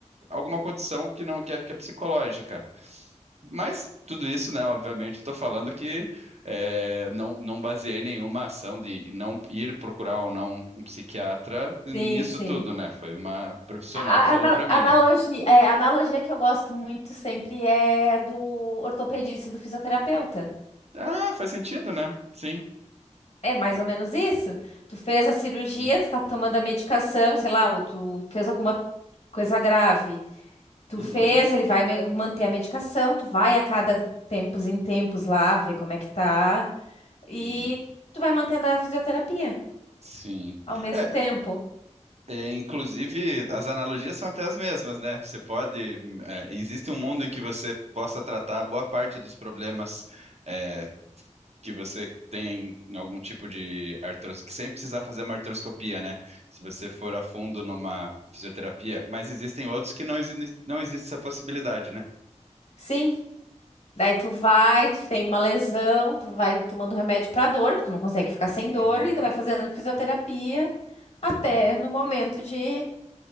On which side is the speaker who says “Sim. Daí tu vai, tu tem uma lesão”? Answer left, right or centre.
Left